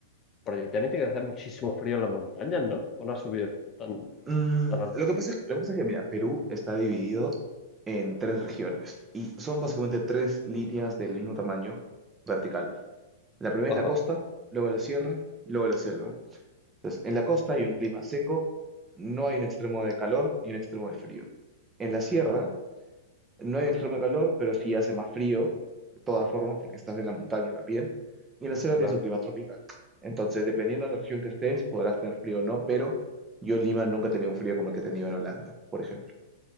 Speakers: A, on the left (about 30°); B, on the right (about 20°).
A: por allí también tiene que hacer muchísimo frío en las montañas, ¿no? ¿O no has subido tan,
B: Mm,
A: tan alto?
B: lo que pasa es, lo que pasa es que, mira, Perú está dividido en tres regiones y son básicamente tres líneas del mismo tamaño verticales. La primera
A: Ajá,
B: es la costa, luego la sierra, luego la selva. Entonces, en la costa
A: ajá,
B: hay un clima seco, no hay un extremo de calor y un extremo de frío. En la sierra
A: ajá.
B: no hay extremo calor, pero sí hace más frío, de todas formas, porque estás en la montaña también. Y en la selva
A: Claro,
B: tienes un clima tropical. Entonces, dependiendo de la región que estés, podrás tener frío o no, pero yo en Lima nunca he tenido un frío como el que he tenido en Holanda, por ejemplo.